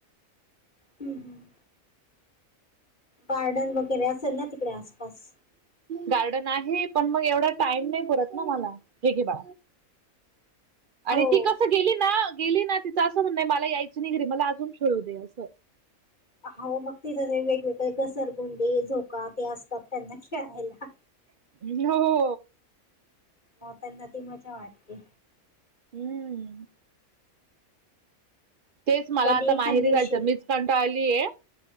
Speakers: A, on the left; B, on the right.
A: हम्म, हम्म. गार्डन वगैरे असेल ना तिकडे आसपास
B: गार्डन आहे पण मग एवढा टाइम नाही पुरत ना मला हे की बा
A: हो.
B: आणि ती कसं गेली ना गेली ना तिचं असं म्हण मला यायचं नाही घरी मला अजून खेळू दे असं
A: हव मग तिथ वेगवेगळे घसरगुंडे झोका ते असतात त्यांना खेळायला
B: ् हो हो
A: म त्यांना ती मजा वाटते
B: हम्म तेच मला
A: कधी
B: आता
A: एखाद
B: माहिरी
A: दिवशी
B: जायचं मीच कंटाळलीय